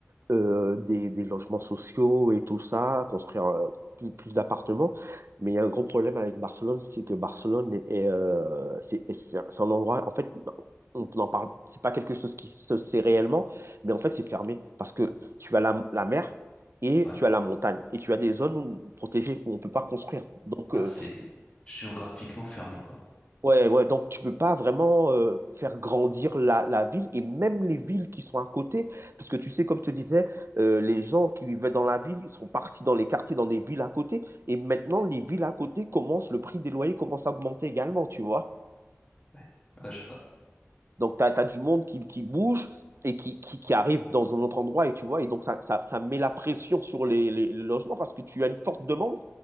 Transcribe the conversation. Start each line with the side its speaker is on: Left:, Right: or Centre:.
Right: euh, des, des logements sociaux et tout ça, construire euh, plus, plus d'appartements. Mais il y a un gros problème avec Barcelone, c'est que Barcelone est, est, euh, c'est, c'est un c'est un endroit, en fait, on n'en parle, c'est pas quelque chose qui se sait réellement, mais en fait, c'est fermé parce que tu as la, la mer et
Left: Ouais.
Right: tu as la montagne et tu as des zones où- protégées où on peut pas construire. Donc,
Left: Ah,
Right: euh,
Left: c'est géographiquement fermé, quoi.
Right: Ouais, ouais, donc tu peux pas vraiment euh, faire grandir la, la ville et même les villes qui sont à côté, parce que tu sais, comme je te disais, euh, les gens qui vivaient dans la ville ils sont partis dans les quartiers, dans des villes à côté, et maintenant les villes à côté commencent, le prix des loyers commence à augmenter également, tu vois.
Left: Ouais. Ouais, je vois.
Right: Donc tu as, du monde qui, qui bouge et qui, qui, qui arrive dans un autre endroit, et tu vois, et donc ça, ça, ça met la pression sur les, les- les logements parce que tu as une forte demande